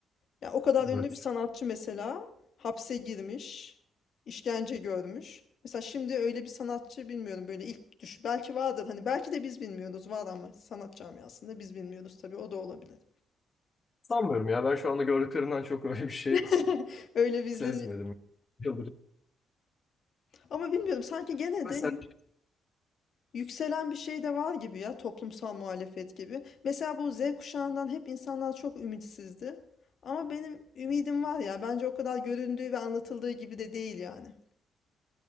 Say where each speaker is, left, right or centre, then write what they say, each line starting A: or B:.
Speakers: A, on the left (about 60°); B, on the left (about 30°).
A: Ya o kadar
B: Evet.
A: ünlü bir sanatçı mesela hapse girmiş, işkence görmüş. Mesela şimdi öyle bir sanatçı bilmiyorum böyle ilk düş belki vardır hani belki de biz bilmiyoruz var ama sanat camiasında biz bilmiyoruz tabii o da olabilir.
B: Sanmıyorum ya. Ben şu anda gördüklerimden çok öyle bir şey
A: <laughs> Öyle bir izlenim.
B: sezmedim. Yıldırım.
A: Ama bilmiyorum sanki gene
B: Mesela
A: de yük- yükselen bir şey de var gibi ya toplumsal muhalefet gibi. Mesela bu Z kuşağından hep insanlar çok ümitsizdi. Ama benim ümidim var ya bence o kadar göründüğü ve anlatıldığı gibi de değil yani.